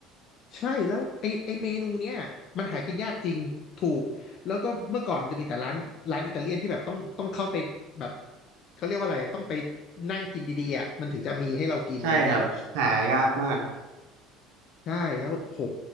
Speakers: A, on the left; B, on the right.
A: ใช่แล้วไอไอเมนูเนี้ยมันหากินยากจริงถูกแล้วก็เมื่อก่อนมันจะมีแต่ร้านร้านอิตาเลียนที่แบบต้องต้องเข้าไปแบบเขาเรียกว่าอะไรต้องไปนั่งกินดีๆอ่ะมันถึงจะมีให้เรากินอะไรเงี้ย
B: ใช่ครับหายากมาก
A: ใช่แล้วโห